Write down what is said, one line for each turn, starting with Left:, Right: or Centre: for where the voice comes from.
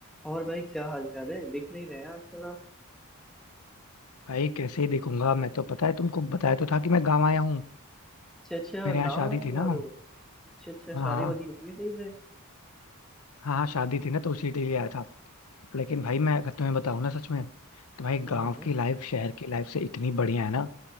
Centre: और भाई क्या हाल चाल है दिख नहीं रहे हैं आजकल आप
Left: भाई कैसे ही देखूंगा मैं तो पता है तुमको बताया तो था कि मैं गाँव आया हूँ
Centre: अच्छा अच्छा
Left: मेरे यहाँ
Centre: गाँव
Left: शादी
Centre: आए हुए
Left: थी ना
Centre: हो
Left: हाँ
Centre: अच्छा अच्छा
Left: हाँ
Centre: शादी वादी होगी सही से
Left: हाँ हाँ, शादी थी ना तो उसी के लिए आया था लेकिन भाई मैं अगर तुम्हें बताऊँ ना सच में तो भाई
Centre: हाँ
Left: गाँव
Centre: हाँ
Left: की लाइफ शहर की लाइफ से इतनी बढ़िया है ना